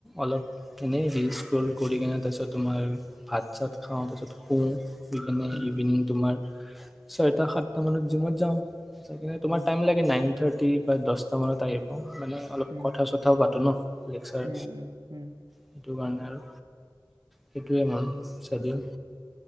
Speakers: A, in the centre; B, on the right.
A: অলপ এনেই ৰিজ কৰি কিনে তাৰপিছত তোমাৰ ভাত চাত খাওঁ তাৰপিছত শুওঁ বিপিনে
B: উম
A: ইভিনিং তোমাৰ ছয়টা সাতটা মানত জিমত যাওঁ তোমাৰ
B: উম
A: টাইম লাগে নাইন থাৰ্ ৰা প্ৰায় দহটা মানত আহি পাওঁ মানে অলপ
B: উম
A: কথা চথাও পাতো ন। লেকচাৰ
B: উম উম উম
A: সেইটো কাৰণে আৰু সেইটোৱে আ মাৰ
B: উম।
A: স্বাধীন